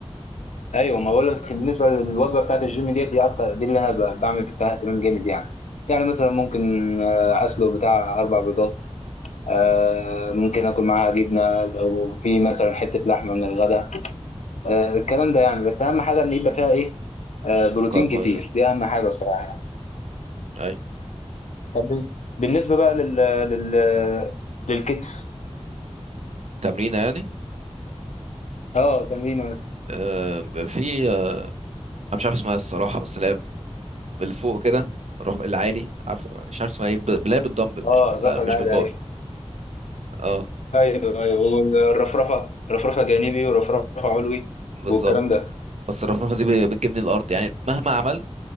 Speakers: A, on the left (about 85°); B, on the right (about 75°).
A: ايوه ما بقول لك بالنسبه للوجبه بتاعت الجيم ديت دي اكتر دي اللي انا ب- بعمل فيها اهتمام جامد يعني يعني مثلا ممكن آه، اسلق بتاع اربع بيضات آه، ممكن اكل معاها جبنه لو في مثلا حته لحمه من الغداء آه، الكلام ده يعني بس اهم حاجه ان يبقى
B: مم.
A: فيها ايه آه، بروتين
B: كربوهيدرات
A: كتير دي اهم حاجه الصراحه
B: اي
A: طب بالنسبه بقى لل لل للكتف
B: تمرينه يعني
A: اه تمرين مثلا
B: آه في آه، انا مش عارف اسمها إيه الصراحه بس اللي هي اللي فوق كده الرف- العالي عارف مش عارف اسمها ايه ب- اللي هي بالدمبل
A: اه
B: مش بال
A: الرفع العالي
B: مش بالبار
A: ايوه
B: اه
A: ايوه ايوه والرفرفه رفرفه جانبي ورفرفه علوي
B: بالظبط
A: والكلام ده
B: بس الرفرفه دي ب- بتجيبني الارض يعني مهما عملت